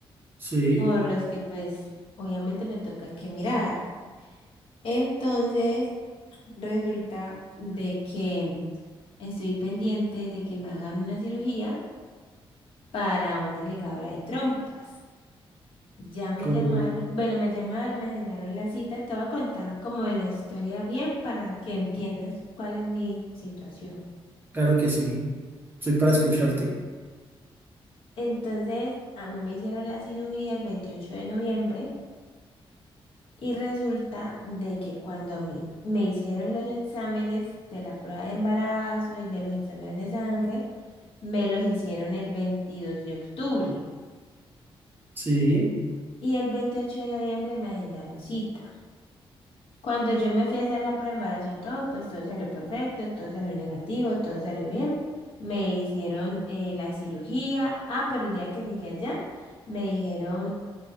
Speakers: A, on the right; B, on the left.
A: sí,
B: por los que pues obviamente me toca que mirar. Entonces, resulta de que estoy pendiente de que me hagan una cirugía para una ligadora de trompas. Ya me
A: correcto,
B: llamaron, bueno, me llamaron, me agendaron la cita, te voy a contar como la historia bien para que entiendas cuál es mi situación.
A: claro que sí. Estoy para escucharte.
B: Entonces, a mí me hicieron la cirugía el 28 de noviembre y resulta de que cuando me, me hicieron los exámenes de la prueba de embarazo y de los exámenes de sangre, me los hicieron el 22 de octubre
A: Sí,
B: y el 28 de noviembre me agendaron cita. Cuando yo me fui a hacer la prueba de embarazo y todo, pues todo salió perfecto, todo salió negativo, todo salió bien. Me hicieron eh, la cirugía. Ah, pero el día que llegué allá, me dijeron,